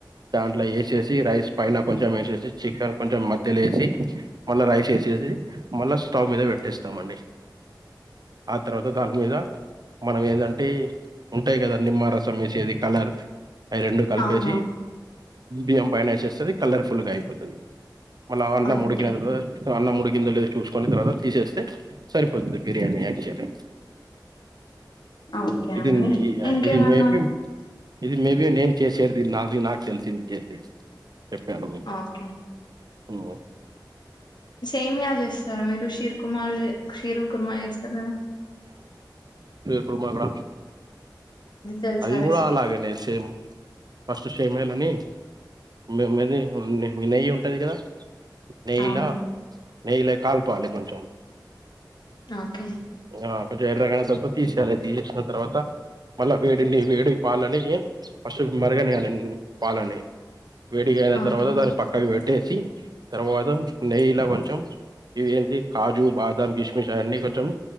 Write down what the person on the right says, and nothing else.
దాంట్ల వేసేసి, రైస్ పైన కొంచెం వేసేసి. చికెన్ కొంచెం మధ్యలో వేసి, మళ్లీ రైస్ వేసేసి, మళ్ళా స్టవ్ మీద పెట్టేస్తామండి. ఆ తర్వాత, దానిమీద. మనం ఏదంటే, ఉంటాయి కదా నిమ్మరసం వేసేది, కలర్. ఆఇ రెండు కలిపేసి,
బియ్యం పైన వేసేస్తాం. కలర్‌ఫుల్‌గా అయిపోతది. మళ్ల, అన్నం
ముడికినదా, అన్నం ఉడికిన ఇందులోవి చూసుకొని, తర్వాత తీసేస్తే సరిపోతుంది. బిర్యానీ యాక్చువల్లీ.
ఇది
నీయ,
ఇది మేపిన్. ఇది మేబి నేను చేసేడిది. ఇది నాది. నాకు తెలిసింది చేసేది చెప్పాను మీకు.
ఉమ్
కుర్మ గూడ.
అది గూడా
లాగానే సేమ్. పేమేలు అని, మేమది నెయ్యి ఉంటది కదా. నెయ్యలా,
నెయ్యలా కల్ పాలి కొంచం.
ఆ కొంచెం ఎర్రగైనా, తవత్ తీసేయాలి. తీసేసిన తర్వాత మళ్లా వేడిని వేడి పాలని ఫస్ట్ మరగనియాలే, పాలని. వేడి గా అయిన
తర్వాత, దాన్ని పక్కకి పెట్టేసి. తర్వాత నెయ్యిలా కొంచెం, ఇవి ఏంటి కాజు, బాదం, కిష్మిష్, అయన్నీ కొంచెం.